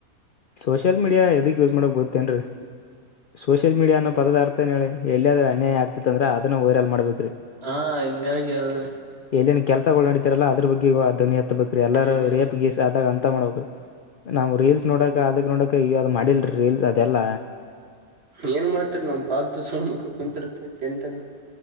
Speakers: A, on the left; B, on the right.
A: ಸೋಷಿಯಲ್ ಮೀಡಿಯಾ ಎದಕ್ ಯೂಸ್ ಮಾಡಕ್ ಗೊತ್ತೇನ್ರಿ ಸೋಷಿಯಲ್ ಮೀಡಿಯ ಅನ್ನೋ ಪದಾರ್ಥನ ಹೇಳಿ ಎಲ್ಲಿಯಾದ್ರೆ ಅನ್ಯಾಯ ಆಗ್ತಿತ್ತಂದ್ರ ಅದನ್ನ ವೈರಲ್ ಮಾಡ್ಬೇಕ್ರಿ
B: ಹಾ ಹಿಂಗಾಗಿ ಅದು
A: ಎಲ್ಲಿನ್ ಕೆಲ್ಸಗಳು ನಡತಿರಲ್ಲ ಅದ್ರ ಬಗ್ಗೆ ಧ್ವನಿ ಎತ್ತುಬೇಕ್ರಿ ಎಲ್ಲಾರ
B: ಹ್ಮ್
A: ರೇಪ್ ಕೆಸ್ ಆದಾಗ ಅಂತ ಮಾಡಬೇಕ್ರಿ ನಾವು ರೀಲ್ಸ್
B: ಹೀಗಾಗಿ
A: ನೋಡಕ ಅದಕ್ ನೋಡಕ ಈಗ ಅದ್ ಮಾಡಿಲ್ರಿ ರೀಲ್ಸ್ ಅದೆಲ್ಲ
B: ಏನ್ ಮಾಡ್ತಾರ ನಮ್ ಪಾಲ್ ತು ಸುಣ ಮಕ್ಳು ಕುಂತರ್ತ್ತೆ ಚಿಂತನ <unintelligible>